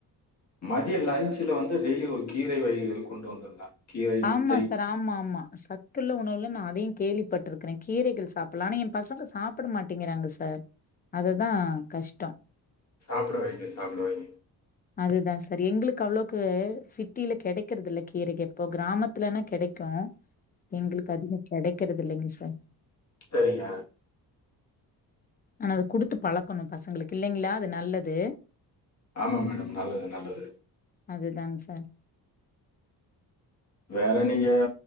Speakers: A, on the left; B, on the left.
A: மதியோ லன்ச்சுல வந்து டெய்லி ஒரு கீரை வகைகள் கொண்டு வந்துருங்க கீரை
B: ஆமா
A: முட்டை
B: சார் ஆமா ஆமா சத்துள்ள உணவுல நா அதையு கேள்விப்பட்டுருக்கறே கீரைகள் சாப்பிட்லா ஆனா எ பசங்க சாப்புட மாட்டிங்கிறாங்க சார் அதுதா கஷ்டோ
A: சாப்ட வெய்ங்க சாப்ட வெய்ங்க
B: அது தா சார் எங்களுக்கு அவ்ளோக்கு சிட்டில கெடைக்கறதில்ல கீரைக இப்போ கிராமத்துலன்னா கெடைக்கு எங்களுக்கு அதிகோ கெடைக் கறதில்லைங்க சார்
A: செரிங்க
B: ஆனா அது குடுத்து பழக்கணு பசங்களுக்கு இல்லைங்களா அது நல்லது
A: ஆமா மேடம் நல்லது நல்லது
B: அதுதாங் சார்
A: வேற நீங்க